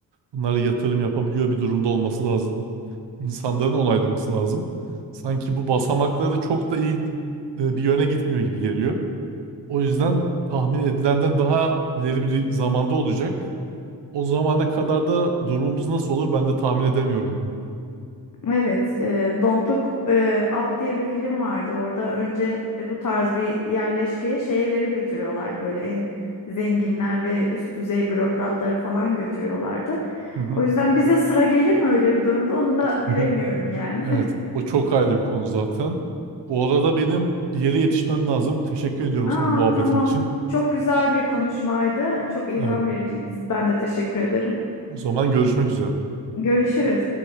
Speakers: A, on the right; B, on the left.
A: bunlara yatırım yapabiliyor bir durumda olması lazım. İnsanların onaylaması lazım. Sanki bu basamakları çok da iyi e, bir yöne gitmiyor gibi geliyor. O yüzden tahmin edilenden daha ileri bir zamanda olacak. O zamana kadar da durumumuz nasıl olur ben de tahmin edemiyorum yani.
B: Evet, e, Don't Look e, Up diye bir film vardı. Orada önce e, bu tarz bir yerleşkeye şeyleri götürüyorlardı. Böyle en zenginler ve üst düzey bürokratları falan götürüyorlardı.
A: Hı hı.
B: O yüzden bize sıra gelir mi öyle bir durumda onu da
A: <laughs>
B: bilemiyorum yani.
A: Evet,
B: <laughs>
A: o çok ayrı bir konu zaten. Bu arada benim bir yere yetişmem lazım. Teşekkür ediyorum
B: Aa
A: sana muhabbetin
B: tamam.
A: için.
B: Çok güzel bir konuşmaydı. Çok ilham
A: Evet,
B: vericiydi. Ben de teşekkür ederim.
A: o zaman görüşmek üzere.
B: Görüşürüz.